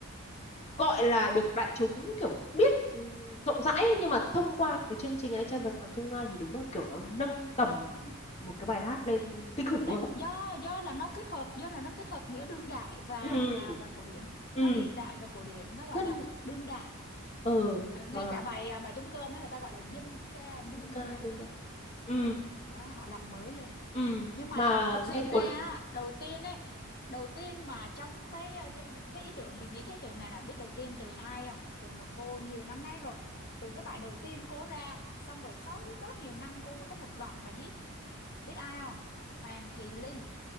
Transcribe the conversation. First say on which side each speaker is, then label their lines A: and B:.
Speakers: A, on the left; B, on the left.
A: gọi là được đại chúng kiểu biết ừ, rộng rãi ấy, nhưng mà thông qua cái chương trình Anh trai vượt ngàn chông gai thì đúng là kiểu nó nâng tầm một cái bài hát lên kinh khủng
B: tại
A: luôn
B: do do là nó kết hợp do là nó kết hợp giữa đương đại và
A: ừ
B: và và cổ điển
A: ừ
B: nó hiện đại và cổ điển nó gọi
A: rất
B: là đương đại
A: ừ
B: Ờ, ngay
A: mà
B: cả bài à, bài trống cơm ấy người ta gọi là dân ca đương
A: dân ca
B: đại
A: đương đại ừ
B: ừ đó họ làm mới lên
A: ừ
B: nhưng mà
A: mà
B: thực sự
A: nghe cuốn
B: ra á, đầu tiên ấy đầu tiên mà trong cái ờ, trong cái ý tưởng mình nghĩ cái ý tưởng này là biết đầu tiên từ ai không từ một cô nhiều năm nay rồi từ cái bài đầu tiên cô ra xong rồi sau đó nhiều năm cô mới có một loạt bài hit biết ai không Hoàng Thùy Linh